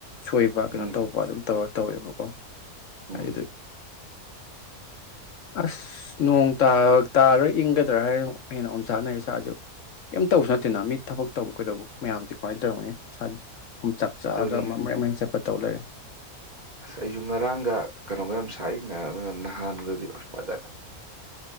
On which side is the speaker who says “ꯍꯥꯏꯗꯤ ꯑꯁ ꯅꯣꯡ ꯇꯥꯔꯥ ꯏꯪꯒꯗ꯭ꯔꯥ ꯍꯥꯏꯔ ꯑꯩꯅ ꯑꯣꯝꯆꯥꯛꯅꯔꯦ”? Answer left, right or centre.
Left